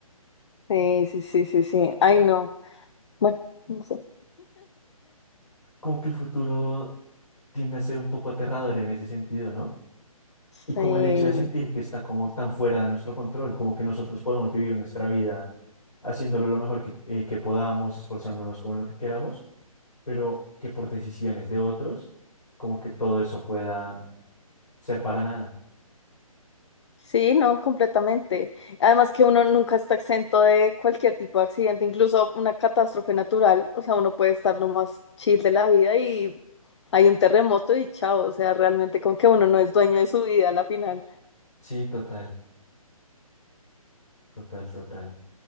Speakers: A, on the left; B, on the left.
A: Sí, sí, sí, sí, sí. Ay, no. Bueno, no sé.
B: Como que el futuro tiende a ser un poco aterrador en ese sentido, ¿no?
A: Sí.
B: Y como el hecho de sentir que está como tan fuera de nuestro control, como que nosotros podemos vivir nuestra vida haciéndolo lo mejor que, eh, que podamos, esforzándonos como en lo que queramos, pero que por decisiones de otros, como que todo eso pueda ser para nada.
A: Sí, no, completamente. Además que uno nunca está exento de cualquier tipo de accidente, incluso una catástrofe natural. O sea, uno puede estar lo más chill de la vida y hay un terremoto y chao. O sea, realmente como que uno no es dueño de su vida a la final.
B: Sí, total, total, total.